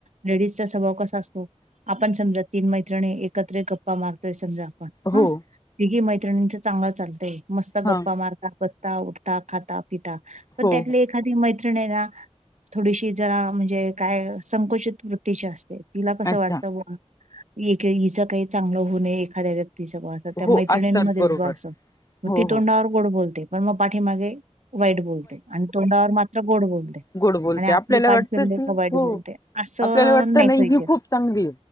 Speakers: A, on the right (about 75°); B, on the left (about 30°).
A: लेडीजचा स्वभाव कसा असतो, आपण समजा तीन मैत्रिणी एकत्र गप्पा मारतोय समजा आपण
B: हो
A: हं, तिघी मैत्रिणींच चांगलं चालतंय, मस्त
B: हां
A: गप्पा मारता बस ता, उठता, खाता, पिता, पण
B: हो
A: त्यातली
B: हो
A: एखादी मैत्रिणी ना थोडीशी जरा म्हणजे काय संकुचित वृत्तीची असते, तिला कसं
B: अच्छा
A: वाटतं ब एक ई हिचं काही चांगलं होऊ नये एखाद्या व्यक्तीच ब त त्या
B: हो
A: मैत्रिणींमध्ये
B: असतात बरोबर.
A: बग अस,
B: हो
A: ती
B: हो
A: तोंडावर
B: हो.
A: गोड बोलते, पण मग पाठीमागे वाईट बोलते अन तोंडावर मात्र गोड बोलते.
B: गोड बोलते,
A: आणि आपली
B: आपल्याला
A: पाठ
B: वाटत
A: फिरली
B: कीं
A: का वाईट
B: हो,
A: बोलते असं
B: आपल्याला वाटतं
A: नाही
B: नही
A: पाहिजे
B: ही खूप चांगली.